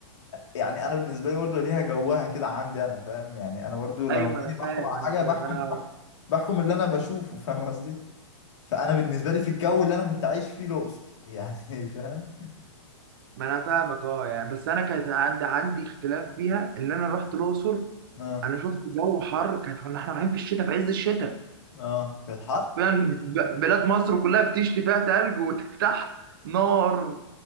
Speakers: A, on the left; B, on the right.
A: يعني أنا بالنسبة لي برضه ليها جوها كده عندي أنا فاهم يعني أنا برضه لما
B: أيوه
A: باجي
B: أنا
A: بحكم
B: فاهم
A: على حاجة
B: أنا فاهم
A: بحكم
B: أنا
A: بحكم بحكم اللي أنا بشوفه فاهم قصدي فانا بالنسبه لي في الجو اللي انا كنت عايش فيه الاقصر يعني <laughs> فاهم
B: ما أنا فاهمك أه يعني بس أنا كانت عندي عندي اختلاف فيها اللي أنا رحت الأقصر
A: اه
B: أنا شفت جو حر كانت كنا إحنا رايحين في الشتاء في عز الشتاء
A: اه في الحر
B: فعلا ب- بلاد مصر كلها بتشتي فيها تلج وتحت نار